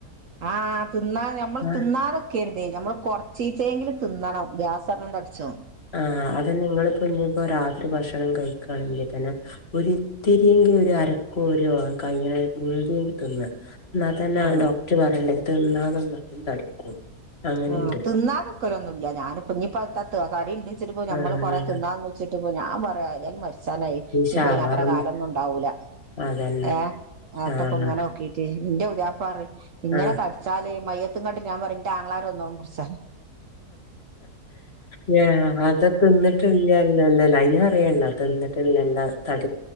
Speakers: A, on the right (about 65°); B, on the left (about 45°).
A: ആഹ തിന്നാ ഞമ്മള്
B: ആഹ്
A: തിന്നാതെക്കര്ത് ഞമ്മള് കൊറച്ചീച്ചേങ്കിലും തിന്നണം ഗ്യ ആസരണം തടിച്ചും
B: ആ അതന്നെ ഇങ്ങളിപ്പോന്നിപ്പോ രാ ത്രി ഭക്ഷണം കഴിക്കാണെങ്കി തന്നെ ഒരിത്തിരിയെങ്കിലൊരു അരക്കോരു കയ്യണേ <unintelligible> തിന്ന ഇന്നാതന്നെ
A: ആഹ്
B: ഡോക്ടർ പറയണ്ടേത് തിന്നാതെന്നാലും തടിക്കും അങ്ങനെയുണ്ട്
A: ആ തിന്നാതെക്കലൊന്നുല്ല്യ ഞാന്പ്പനിപ്പ <unintelligible> തടിണ്ട്ച്ചിട്ട്പ്പൊ ഞമ്മള്
B: ആഹ്
A: കൊറെ തിന്നാന്ന് വെച്ചി ട്ട്പ്പോ ഞാൻ പറയാ ഏതായാലും മരിച്ചാനായി
B: ഈ
A: ഇനിപ്പയ്ന്
B: ഷവർമ
A: അത്ര കാലൊന്നോണ്ടാവൂല
B: അതന്നെ
A: ഏ ആത്തപൊങ്ങനെ
B: ആഹ്
A: നോക്കീട്ട് ന്റെ പുദ്യാപ്പറിയും ഇങ്ങനെ
B: ആഹ്
A: തടിച്ചാല് മയ്യത്തും കട്ടില് ഞാൻ പറയു ൻ്റാങ്ങളാരൊന്നും മുറിച്ച
B: ഞാ അതൊക്കെ ന്ന്ട്ടില്ലല്ലോല്ലോലെ അയിനു അറിയല്ലാ തിന്നിട്ട് ല്ലല്ലെല്ലാട്